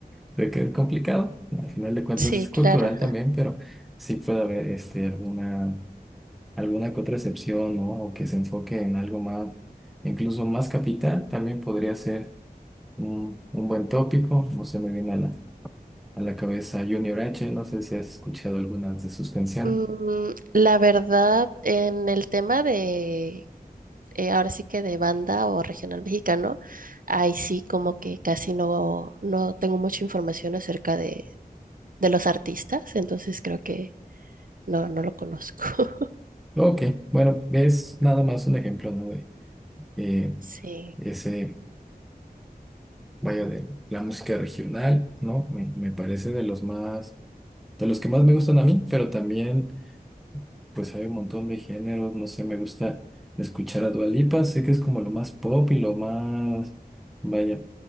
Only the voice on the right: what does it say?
Sí,
claro.
<laughs>
Mm, la verdad, en el tema de eh, ahora sí que de banda o regional mexicano, ahí sí como que casi no, no tengo mucha información acerca de, de los artistas, entonces creo que no, no lo conozco. <laughs>
Sí,